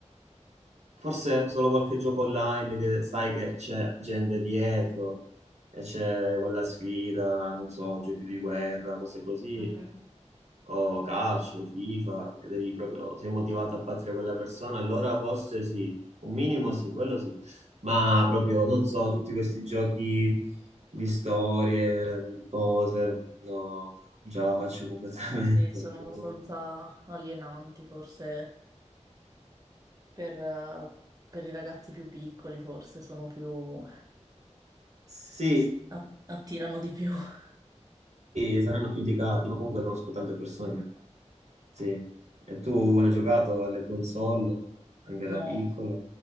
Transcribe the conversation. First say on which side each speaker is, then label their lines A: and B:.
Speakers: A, on the right; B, on the right.
A: forse solo qualche gioco online che sai che c'è gente dietro e c'è quella sfida, non so, giochi di guerra, cose così,
B: Mhm.
A: o calcio, FIFA, che devi proprio, sei motivato a battere quella persona, allora forse sì, un minimo sì, quello sì, ma proprio, non so, tutti questi giochi di storie, cose, no, già la faccio completamente.
B: Sì, sono
A: <laughs>
B: abbastanza
A: no.
B: alienanti, forse per, eh, per i ragazzi più piccoli, forse sono più...
A: Sì,
B: a- attirano di più. <laughs>
A: sì, saranno più indicati, ma comunque conosco tante persone che... Sì. E tu hai giocato alle console, anche
B: No.
A: da piccola?